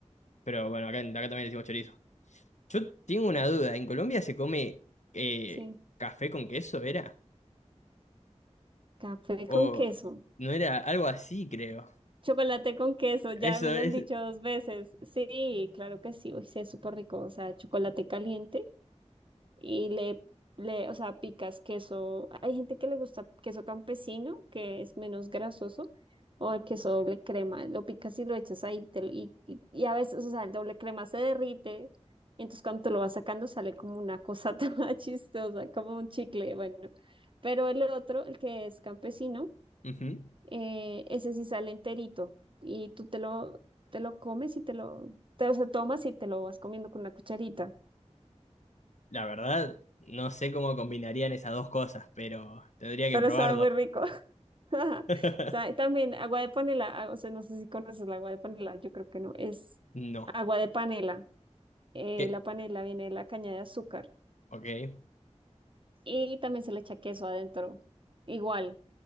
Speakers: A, on the left; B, on the right.
A: pero bueno, acá, acá también decimos chorizo. Yo tengo una duda. ¿En Colombia se come eh,
B: sí.
A: café con queso, era?
B: Café
A: O
B: con queso.
A: no era algo así, creo.
B: Chocolate con queso, ya
A: Eso
B: me
A: es...
B: lo han dicho dos veces. Sí, claro que sí, uy, sí, es súper rico. O sea, chocolate caliente. y le, le, o sea, picas queso. Hay gente que le gusta queso campesino, que es menos grasoso, o el queso doble crema. Lo picas y lo echas ahí. te lo- y, y, y a veces, o sea, el doble crema se derrite. Entonces, cuando te lo vas sacando, sale como una cosa <laughs> toda chistosa, como un chicle. Bueno, pero el otro, el que es campesino,
A: Ujú.
B: eh, ese sí sale enterito. Y tú te lo, te lo comes y te lo, te lo o sea, tomas y te lo vas comiendo con una cucharita.
A: La verdad, no sé cómo combinarían esas dos cosas, pero tendría
B: Pero
A: que probarlo.
B: sabe muy rico. <laughs>
A: <laughs>
B: Sa- También agua de panela, ah, o sea, no sé si conoces la agua de panela, yo creo que no, es
A: No.
B: agua de panela. Eh,
A: ¿Qué?
B: la panela viene de la caña de azúcar
A: Ok.
B: y también se le echa queso adentro, igual,